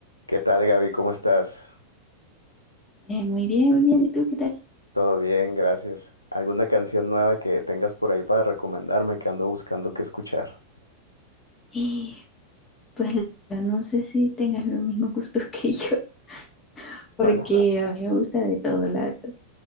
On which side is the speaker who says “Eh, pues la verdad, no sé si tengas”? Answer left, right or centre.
Left